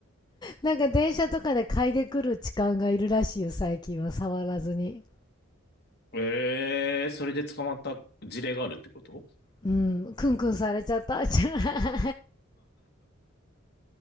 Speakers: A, on the left; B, on the left.
A: なんか電車とかで嗅いでくる痴漢がいるらしいよ、最近は。触らずに。
B: ええそれで捕まった事例があるってこと
A: うん、クンクンされちゃったんじゃない